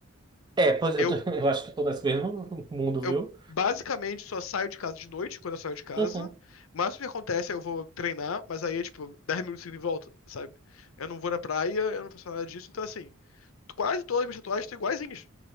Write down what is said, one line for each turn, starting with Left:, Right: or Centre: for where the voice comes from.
Right: É, pois eu,
Left: Eu,
Right: tô- <laughs> eu acho que eu tô nesse mesmo mundo, viu?
Left: eu basicamente só saio de casa de noite, quando eu saio de casa.
Right: Uhum,
Left: Mas o que acontece é eu vou treinar, mas aí é tipo 10 minutos e volta, sabe? Eu não vou na praia, eu não faço nada disso. Então, assim, quase todas as minhas tatuagens estão iguaizinhas,